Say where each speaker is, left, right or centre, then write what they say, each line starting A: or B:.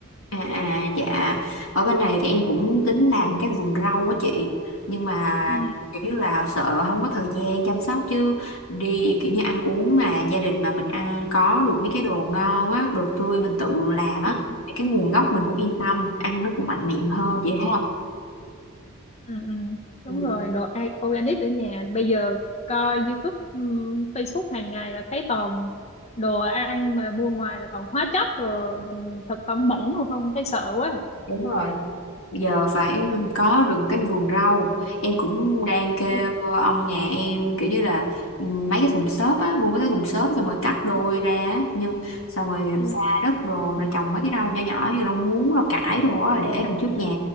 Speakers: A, on the left; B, on the left.
A: à à dạ ở bên này thì em cũng tính làm cái vườn rau á chị nhưng mà
B: ừ
A: kiểu như là sợ không có thời gian chăm sóc chứ đi kiểu như ăn uống mà gia đình mà mình ăn có được mấy cái đồ ngon á đồ tươi mình tự làm á
B: ừ
A: thì cái nguồn gốc mình cũng yên tâm ăn nó cũng mạnh miệng hơn
B: Ừ,
A: vậy thấy không
B: ừ, ừ. Đúng
A: Ừ.
B: rồi, đồ a- organic ở nhà. Bây giờ coi YouTube, ừm, Facebook hàng ngày là thấy toàn đồ ăn mà mua ngoài là toàn hóa chất, đồ ừm, thực phẩm bẩn mà không thấy sợ quá.
A: Đúng rồi giờ phải có được cái vườn rau em cũng đang kêu
B: Ừ,
A: ông nhà em kiểu như là ừ, mấy cái thùng xốp á mua mấy cái thùng xốp xong rồi cắt đôi
B: ừ,
A: ra á, nhưng xong rồi
B: ừ,
A: pha đất đồ rồi trồng mấy cái rau nhỏ nhỏ như rau muống rau cải đồ á để đằng trước nhà
B: ừ,